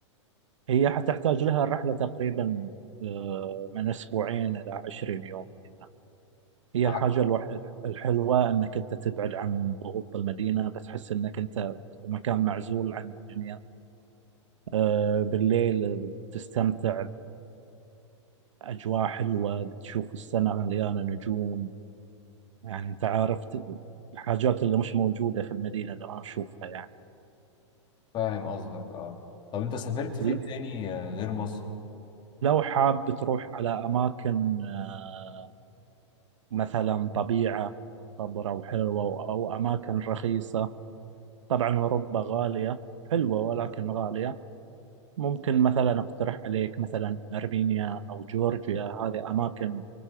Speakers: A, on the right; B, on the left.
A: هي حتحتاج لها الرحلة تقريبا آه، من اسبوعين الى 20 يوم كذا هي
B: قعدت
A: الحاجة الوح- الحلوة انك انت تبعد عن ضغوط المدينة بتحس انك انت في مكان معزول عن الدنيا آه، بالليل تستمتع أجواء حلوة بتشوف السماء مليانة نجوم يعني أنت عارف ت- الحاجات اللي مش موجودة في المدينة اللي ما نشوفها يعني
B: فاهم قصدك اه طب انت سافرت
A: ولو
B: فين تاني آه، غير مصر
A: حاب تروح على أماكن آه، مثلا طبيعة خضراء وحلوة أو أماكن رخيصة طبعا أوروبا غالية حلوة ولكن غالية ممكن مثلا أقترح عليك مثلا أرمينيا أو جورجيا هذه أماكن